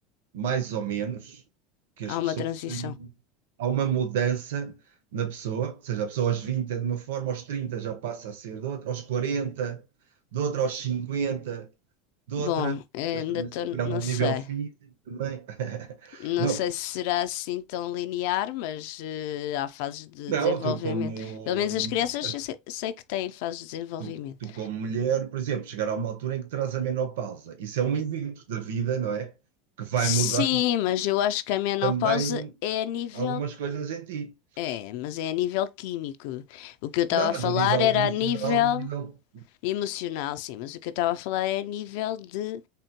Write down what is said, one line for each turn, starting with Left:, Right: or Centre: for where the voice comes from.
Right: mais ou menos, que as
Left: Há
Right: pessoas
Left: uma transição.
Right: têm, há uma mudança na pessoa, ou seja, a pessoa aos 20 é de uma forma, aos 30 já passa a ser de outra, aos 40 de outra aos 50 de
Left: Bom,
Right: outra.
Left: ainda
Right: Depois também
Left: estou,
Right: se revela
Left: não
Right: a
Left: sei.
Right: nível físico também. <laughs>
Left: Não
Right: Não,
Left: sei se será assim tão linear, mas eh, há fases de
Right: não,
Left: desenvolvimento.
Right: tu como
Left: Pelo menos as crianças eu se- sei, que têm fases de desenvolvimento.
Right: tu, tu como mulher, por exemplo, chegar a uma altura em que terás a menopausa. Isso é um evento da vida, não é? Que vai
Left: Sim,
Right: mudar
Left: mas eu acho que a menopausa
Right: também
Left: é a nível.
Right: algumas coisas em ti.
Left: É, mas é a nível químico. O que eu estava
Right: Não,
Left: a
Right: mas
Left: falar
Right: a nível
Left: era
Right: emocional
Left: a nível
Right: e a nível.
Left: emocional, sim, mas o que eu estava a falar é a nível de